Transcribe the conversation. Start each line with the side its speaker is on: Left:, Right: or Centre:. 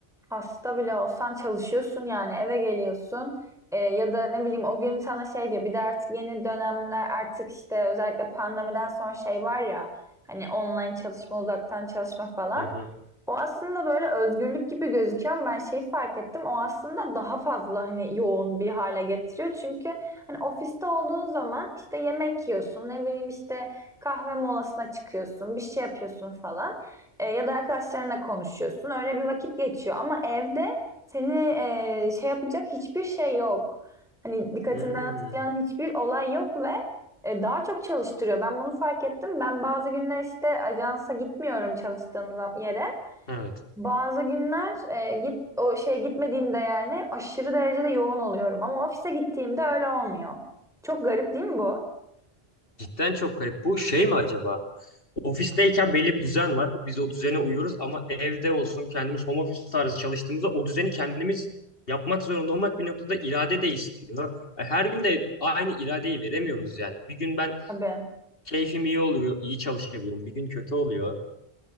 Centre: Hasta bile olsan çalışıyorsun yani eve geliyorsun Ee, ya da ne bileyim o gün sana şey diyor bir de artık yeni dönemler artık işte özellikle pandemiden sonra şey var ya hani online çalışma uzaktan çalışma falan
Left: Hı hı.
Centre: o aslında böyle özgürlük gibi gözüküyor ama ben şeyi fark ettim o aslında daha fazla hani yoğun bir hale getiriyor çünkü hani ofiste olduğun zaman işte yemek yiyorsun ne bileyim işte kahve molasına çıkıyorsun bir şey yapıyorsun falan. E, ya da arkadaşlarınla konuşuyorsun. Öyle bir vakit geçiyor. Ama evde seni e, şey yapacak hiçbir şey yok. Hani dikkatini
Left: Hmm,
Centre: dağıtacağın hiçbir olay yok ve e, daha çok çalıştırıyor. Ben bunu fark ettim. Ben bazı günler işte ajansa gitmiyorum çalıştığım zam- yere.
Left: evet.
Centre: Bazı günler e, git o şeye gitmediğimde yani aşırı derecede yoğun oluyorum. Ama ofise gittiğimde öyle olmuyor. Çok garip değil mi bu?
Left: Cidden çok garip. Bu şey mi acaba? Ofisteyken belli bir düzen var. Biz o düzene uyuyoruz ama evde olsun kendimiz home office tarzı çalıştığımızda o düzeni kendimiz yapmak zorunda olmak bir noktada irade de istiyor. E, Her gün de aynı iradeyi veremiyoruz yani. Bir gün ben
Centre: Tabii.
Left: keyfim iyi oluyor, iyi çalışabiliyorum. Bir gün kötü oluyor.